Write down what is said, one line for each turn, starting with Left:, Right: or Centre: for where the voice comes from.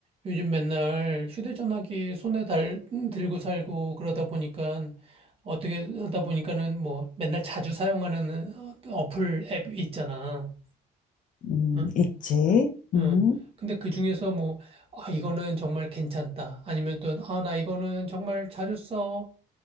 Right: 요즘 맨날 휴대전화기 손에 달, 들고 살고 그러다 보니까 어떻게 하다 보니까는 뭐 맨날 자주 사용하는 어- 어플 앱 있잖아.
Left: 음,
Right: 응?
Left: 있지. 음.
Right: 응. 근데 그 중에서 뭐, 아, 이거는 정말 괜찮다. 아니면 또, 아, 나 이거는 정말 자주 써.